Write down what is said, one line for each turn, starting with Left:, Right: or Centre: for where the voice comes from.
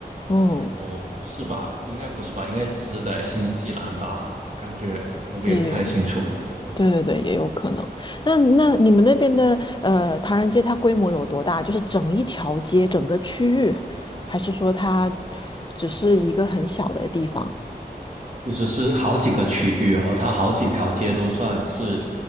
Left: 嗯，
Right: 哦，不是吧？应该不是吧？应该只是在新西兰吧？感觉我们也不太清楚。
Left: 也有，对对对，也有可能。那那你们那边的呃唐人街，它规模有多大？就是整一条街、整个区域，还是说它只是一个很小的地方？
Right: 其实是好几个区域哦，它好几条街都算是